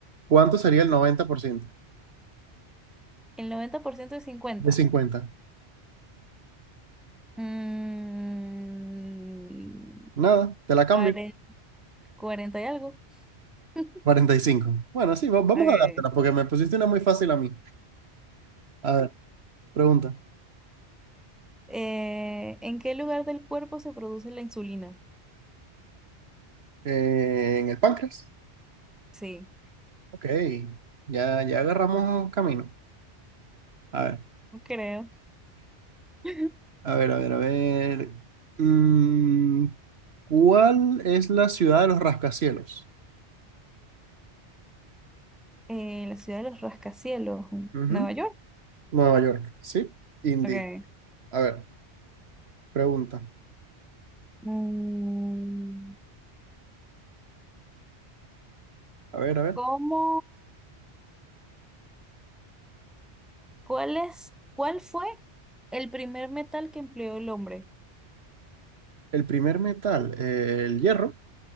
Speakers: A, on the right; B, in the centre.
A: ¿cuánto sería el 90%
B: el 90% es cincuenta
A: de 50?
B: Mm,
A: Nada, te la cambio.
B: cuare- cuarenta y algo. <laughs>
A: 45. Bueno, sí, va- vamos
B: Okay.
A: a dártela porque me pusiste una muy fácil a mí. A ver, pregunta.
B: Eh, ¿en qué lugar del cuerpo se produce la insulina?
A: Eh, ¿en el páncreas?
B: Sí,
A: Ok, ya, ya agarramos camino. A ver,
B: no creo. <laughs>
A: a ver, a ver, a ver. Mm, ¿cuál es la ciudad de los rascacielos?
B: Eh, la ciudad de los rascacielos,
A: Ujú,
B: Nueva York.
A: Nueva York, ¿sí? Indeed.
B: Okay.
A: A ver, pregunta.
B: Mm,
A: A ver, a ver.
B: ¿Cómo? ¿Cuál es? ¿Cuál fue el primer metal que empleó el hombre?
A: El primer metal, eh, el hierro,